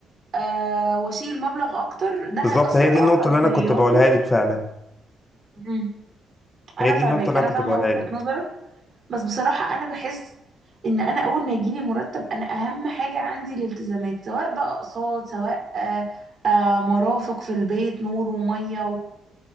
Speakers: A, on the right; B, on the left.
A: آه واشيل مبلغ اكتر ده
B: بالظبط
A: هيأثر
B: هي دي
A: اه
B: النقطة
A: على رفاهياتي
B: اللي أنا كنت بقولها لك فعلا
A: مم. انا
B: هي دي
A: فاهمك
B: النقطة اللي
A: انا
B: أنا كنت
A: فاهمه
B: بقولها
A: وجهة
B: لك
A: نظرك بس بصراحه انا بحس ان انا اول ما يجيلي مرتب انا اهم حاجه عندي الالتزامات سواء بقى اقساط سواء آه آه مرافق في البيت نور وميه